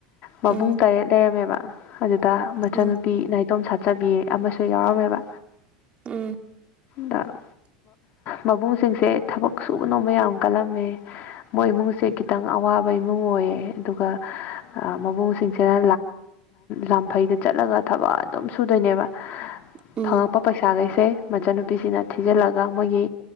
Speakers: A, on the left (about 50°); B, on the right (about 35°).
A: ꯃꯕꯨꯡ
B: ꯎꯝ
A: ꯇꯔꯦꯠ ꯂꯩꯔꯝꯃꯦꯕ ꯑꯗꯨꯗ ꯃꯆꯥꯟꯅꯨꯄꯤ
B: ꯎꯝ
A: ꯅꯥ ꯑ ꯑꯗꯨꯣꯝ ꯁꯥꯠꯆꯕꯤ ꯑꯃꯁꯨ ꯌꯥꯎꯔꯝꯃꯦꯕ
B: ꯎꯝ
A: ꯑ ꯃꯕꯨꯡꯁꯤꯡꯁꯦ ꯊꯕꯛ ꯁꯨꯕ ꯅꯣꯃ ꯌꯥꯝ ꯀꯜꯂꯝꯃꯦ ꯃꯣꯏ ꯏꯃꯨꯡꯁꯦ ꯈꯤꯇꯪ ꯑꯋꯥꯕ ꯏꯃꯨꯡ ꯑꯣꯏꯌꯦ ꯑꯗꯨꯒ ꯃꯕꯨꯡꯁꯤꯡꯁꯤꯅ ꯂꯥꯟꯐꯩꯗ ꯆꯠꯂꯒ ꯊꯕꯛ ꯑꯗꯨꯝ ꯁꯨꯗꯣꯏꯅꯦꯕ ꯐꯪꯉꯛꯄ
B: ꯎꯝ
A: ꯄꯩꯁꯥꯈꯩꯁꯦ ꯃꯆꯟꯅꯨꯄꯤꯁꯤꯅ ꯊꯤꯖꯤꯜꯂꯒ ꯃꯣꯏꯒꯤ